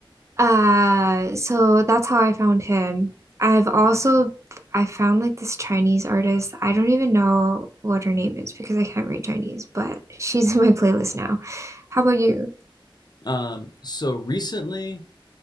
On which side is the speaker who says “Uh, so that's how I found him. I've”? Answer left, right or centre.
Right